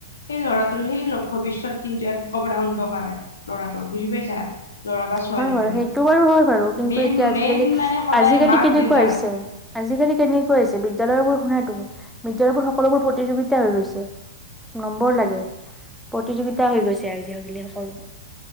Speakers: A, on the left (about 80°); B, in the centre.
A: সেই ল'ৰাটোৰ সেই ভৱিষ্যত কিন্তু একেবাৰে অন্ধকাৰ ল'ৰাটোৰ বুজি পাইছা ল'ৰা বা ছোৱালীজনীৰ
B: হয় বাৰু সেইটো বাৰু হয় বাৰু কিন্তু
A: মেইন
B: এতিয়া আজিকালি
A: মেইন মানে সদায়
B: আজিকালি
A: মাক
B: কেনেকুৱা
A: দেউতাক
B: হৈছে আজিকালি কেনেকৈ আছে বিদ্যালয়বোৰ শুনা তুমি বিদ্যালয়বোৰ সকলোবোৰ প্ৰতিযোগিতা হৈ গৈছে নম্বৰ লাগে প্ৰতিযোগিতা হৈ গৈছে আজি সকলোবোৰ